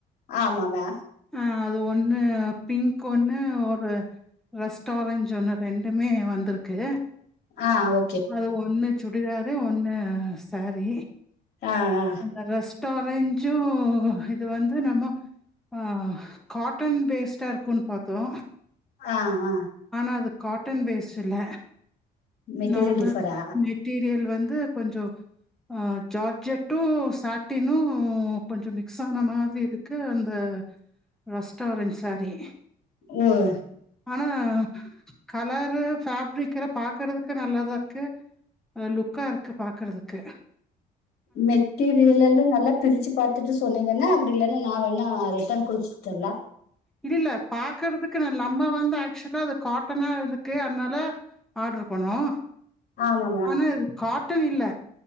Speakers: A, on the left; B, in the centre.
A: ஆமாமா
B: ஆ அது ஒண்ணு பிங்க் ஒண்ணு ஒரு ரெஸ்டாரஞ்சு ஒன்னு ரெண்டுமே வந்துருக்கு
A: ஆ ஓ
B: அது ஒன்னு சுடிதாரு ஒன்னு அ சாரி
A: அ அ
B: அந்த ரெஸ்டாரஞ்சு இது வந்து நம்ம அ காட்டன் பேஸ்ட்டா இருக்கும்ன்னு பாத்தோம்
A: ஆ ஆ
B: ஆனா அது காட்டன் பேஸ்ட் இல்ல
A: மெட்டீரியல்
B: நார்மல்
A: டிஃபரா
B: மெட்டீரியல் வந்து கொஞ்சோ அ ஜார்ஜெட் ட்டு சாட்டினும் கொஞ்சோ மிக்ஸ் ஆன மாதிரி இருக்கு அந்த ரெஸ்டாரஞ் சாரி
A: ஒ அ
B: ஆனா கலரு ஃபாப்ரிக் எல்லாம் பாக்குறதுக் க்கு நல்லாதா இருக்கு லுக்கா இருக்கு பாக்குறதுக்கு
A: மெட்டிரியலல் ஏ நல்லா பிரிச்சு பார்த்துட்டு சொன்னீங்கன்னா அப்டி இல்லன்னா நா வேணா ரிட்டன் குடுத்துறல்லா
B: இது இல்ல பாக்குறதுக்கு ந நம்ம வந்து ஆக்சுவலா அது காட்டனா இருக்கு அதனால ஆர்டர் பண்ணோ
A: ஆமா மேம்
B: ஆனா இது காட்டன் இல்ல